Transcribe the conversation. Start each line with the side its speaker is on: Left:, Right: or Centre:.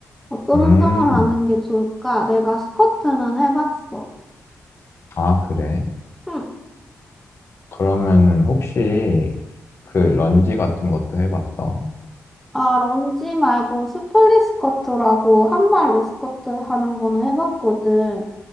Centre: 어떤
Left: 음,
Centre: 운동을 하는 게 좋을까? 내가 스쿼트는 해봤어.
Left: 아, 그래?
Centre: 응.
Left: 그러면은 혹시 그 런지 같은 것도 해봤어?
Centre: 아, 런지 말고 스플릿 스쿼트라고 한 발로 스쿼트 하는 거는 해봤거든.